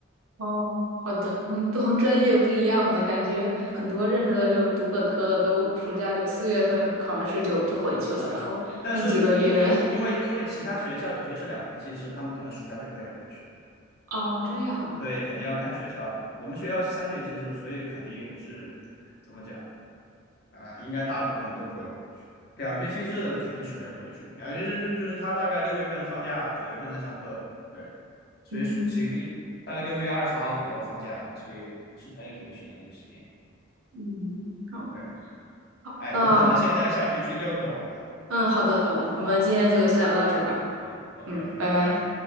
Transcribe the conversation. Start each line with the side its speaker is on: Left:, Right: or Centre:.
Right: 哦，好的，可能不同专业不一样吧，感觉很多认识的就读本科的都暑假就四月份考完试就就回去了，然后那几个月，
Left: 但是因为因为因为因为其他学校有些是两学期制，他们可能暑假就可以回去的。
Right: <laughs> 哦，这样啊，
Left: 对，肯定要看学校的。我们学校是三学期制，
Right: 好，
Left: 所以肯定是怎么讲啊、呃应该大部分人都不会回去。两学期制的，肯定暑假就回去嘛。两学期制就是他大概六月份放假，九月份才上课。对，所以暑期可以大概六月二十号左右放假，
Right: 嗯
Left: 所以是可以回去的那个时间点。
Right: 嗯，嗯好
Left: 对，
Right: 好，
Left: 哎，
Right: 那。
Left: 我可能现在下去去遛狗了。
Right: 嗯，好的，好的，我们今天就先聊到这儿吧。
Left: 好，我们行，OK
Right: 嗯，
Left: OK，
Right: 拜拜。
Left: 拜拜。